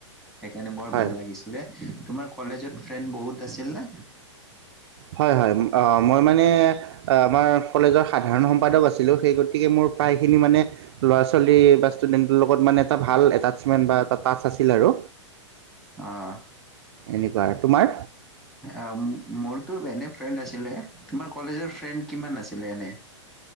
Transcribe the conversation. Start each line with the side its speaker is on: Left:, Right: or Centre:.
Centre: সেইকাৰণে বৰ
Right: হয়
Centre: ভাল লাগিছিলে। তোমাৰ কলেজত ফ্ৰেণ্ড বহুত আছিল নে।
Right: হয় হয় মই মানে। অ আমাৰ কলেজৰ সাধাৰণ সম্পাদক আছিলো সেই গতিকে মোৰ প্ৰায়খিনি মানে ল'ৰা ছোৱালী বা ষ্টুডেন্টৰ লগত মানে এটা ভাল এটাচমেন্ট বা এটা টাচ আছিল। আৰু
Centre: আহ
Right: এনেকুৱা তোমাৰ
Centre: অ মোৰতো এনে ফ্ৰেণ্ড আছিলে। তোমাৰ কলেজৰ ফ্ৰেণ্ড কিমান আছিলে এনে।